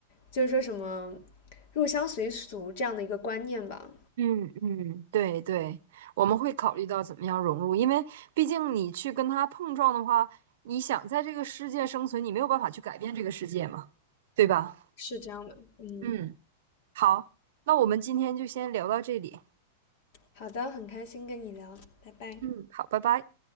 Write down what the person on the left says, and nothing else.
就是说什么入乡随俗这样的一个观念吧，
是这样的。嗯，
好的，很开心跟你聊，拜拜。